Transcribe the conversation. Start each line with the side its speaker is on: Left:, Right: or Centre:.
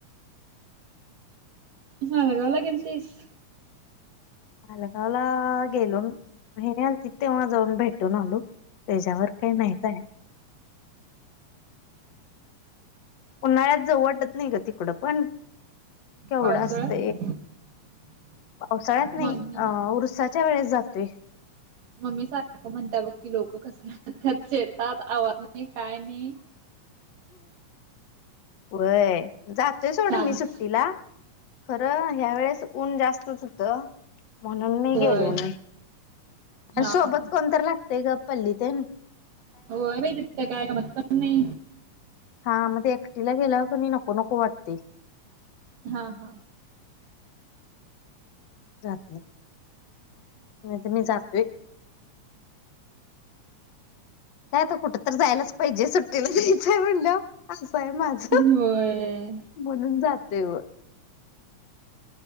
Right: मालगाव ला गेलतीस
Left: मालगावला गेलो मेरल त तेव्हा जाऊन भेटून आलो त्याच्यावर काही नाही जा उन्हाळ्यात जाऊ वाटत नाही ग तिकडं पण केवढं
Right: पावसाळ्यात
Left: असत पावसाळ्यात नाही
Right: मम्मी
Left: अ उरसाच्या वेळेस जातोय
Right: मम्मी सारखं म्हणत बघती लोक कस त्यात शेतात आवाज नाही काय नाही
Left: व्हय. जातोय सोडून
Right: शांत.
Left: मी सुट- ट्टीला. खरं ह्या वेळेस ऊन जास्तच होत. म्हणून नाही
Right: होय
Left: गेले म. आणि
Right: हा
Left: सोबत
Right: हा
Left: कोणततरी लागतेय ग पल्ली ते-
Right: हो बाई त काय <unintelligible> पण नाही.
Left: हा. म ते एकटीला गेल्यावर क नाई नको नको वाटतय.
Right: हा हा.
Left: जात नाही. नाहीतर मी जातोय. म आता कुठं तर जायलाच पाहिजे. सुट्टीला जा यचंय म्हणल्यावर. असं आहे माझ.
Right: होय.
Left: म्हणून जाते व.